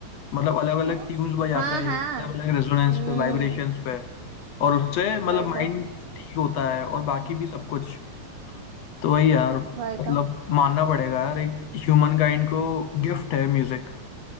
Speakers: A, on the left (about 65°); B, on the right (about 80°).
A: मतलब अलग अलग
B: है
A: ट्यून्स बजाते
B: हाँ हाँ
A: हैं अलग अलग रेजोनेंस
B: हम्म
A: पे वाइब्रेशंस पे और उससे मतलब
B: वही
A: माइंड
B: तो
A: ठीक होता है और बाकी भी सब कुछ तो वही यार
B: वही
A: मतलब
B: तो
A: मानना पड़ेगा यार एक ह्यूमन काइंड को गिफ्ट है म्यूजिक